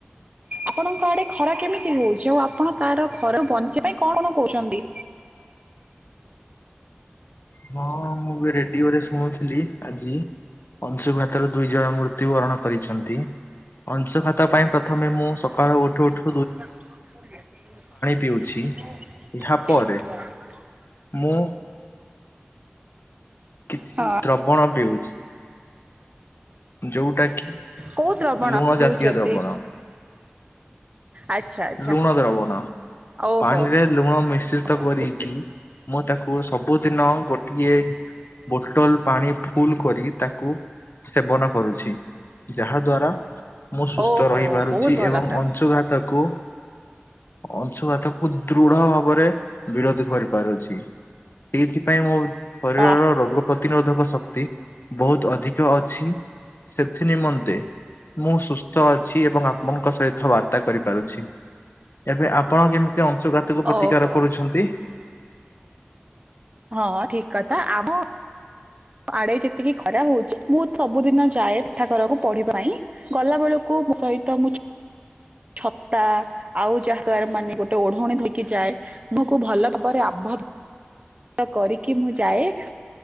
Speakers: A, on the right; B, on the left.
A: ଆପଣଙ୍କ ଆଡେ ଖରା କେମିତି ହଉଛି ଆଉ ଆପଣ ତାର ଘରରୁ ବଞ୍ଚିବା ପାଇଁ କଣ କଣ କହୁଛନ୍ତି।
B: ହଓ <unintelligible> <inaudible> ମୁଁ ବି ରେଡ଼ିଓରେ ଶୁଣୁଥିଲି ଆଜି। ଅଂଶୁଘାତର ଦୁଇ ଜଣ ମୃତ୍ୟୁ ବରଣ କରିଛନ୍ତି। ଅଂଶଘାତା ପାଇଁ ପ୍ରଥମେ ମୁଁ ସକାଳୁ ଉଠୁ ଉଠ!
A: <unintelligible>
B: ପିଉଛି।
A: <inaudible>
B: ଏହା ପରେ ମୁଁ କିଛି
A: ହଁ
B: ଦ୍ରବଣ ବିିଉଛି ଯୋଉଟା କି।
A: କୋଉ ଦ୍ରବଣ
B: ଲୁଣ
A: ପିଉଛନ୍ତି
B: ଯାତିୟ ଦ୍ରବଣ
A: ଆଚ୍ଛା ଆଚ୍ଛା
B: ଲୁଣ ଦ୍ରବଣ ନା
A: ଓହୋ
B: ପାଣି ରେ ଲୁଣ ମିଶ୍ରିତ
A: ଓହୋ
B: କରିକି
A: ବୁଝିଲି
B: ମୁଁ ତାକୁ ସବୁଦିନ ଗୋଟିଏ- ବୋଟଲ ପାଣି ଫୁଲ କରି ତାକୁ। ସେବନ କରୁଛି ଯାହା ଦ୍ଵାରା ମୁଁ ସୁସ୍ଥ
A: ଓହୋ
B: ରହିପାରୁଛି
A: ବହୁତ ଭଲ
B: ଏବଂ
A: କଥା
B: ଅଂଶୁଘାତକୁ ଅଂଶୁଘାତକୁ ଦୃଢ ଭାବରେ ବିରୋଧ କରିପାରୁଛି ସେଇଥିପାଇଁ ମୋ ଶରୀରର
A: ଅ,
B: ରୋଗ ପ୍ରତି ପ୍ରତିରୋଧକ ଶକ୍ତି ବହୁତ ଅଧିକ ଅଛି। ସେଥି ନିମନ୍ତେ ମୁଁ ସୁସ୍ଥ ଅଛି ଏବଂ ଆପମଙ୍କ ସହିତ ବାର୍ତ୍ତା କରିପାରୁଛି। ଏବେ ଆପଣ କେମିତି ଅଂଶଘାତକୁ ପ୍ରତିକାର
A: ଓହୋ
B: କରୁଛନ୍ତି।
A: ହଁ ଠିକ କଥା ଆମ- ଆଡେ ଯେତିକି ଖରା ହଉଛି ମୁଁ ସବୁଦିନ ଯାଏ ପିଠା ଘରକୁ ପଢିବା ପାଇଁ। ଗଲା ବେଳକୁ ସହିତ ମୁଁ ସହିତ। ଛତା ଆଉ ଯାହାଗ ମାନେ ଗୋଟେ ଓଢଣୀ ଧରିକି ଯାଏ। ମୁକୁ ଭଲ ଭାବରେ ଆବଦ୍ଧ କରିକି ମୁଁ ଯାଏ